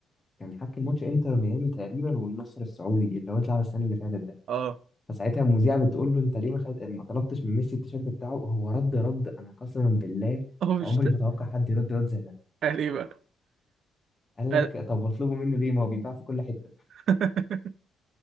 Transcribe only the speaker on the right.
اه
<laughs> هو مش
اهلي بقى
أهل-
<laughs>